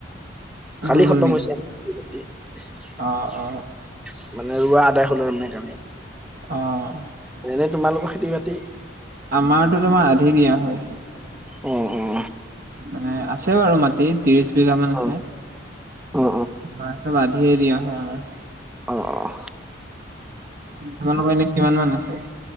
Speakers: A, in the centre; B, on the right.
A: খালি
B: হৈ গ'ল
A: খতম
B: নেকি
A: হৈছে <unintelligible>
B: অ অ
A: মানে ৰোৱা আদায় হ'ল আৰু মানে কালি।
B: অ'
A: এনে তোমালোকৰ খেতি বাতি
B: আমাৰতো তোমাৰ আধি দিয়া হয়।
A: উম, উম।
B: মানে আছে বাৰু মাটি তিৰিছ বিঘা মান আছে।
A: অ অ
B: আমাৰ চব আধিয়ে দিয়া হয়, আমাৰ।
A: অ'অ'।
B: তোমালোকৰ এনে কিমান মান আছে?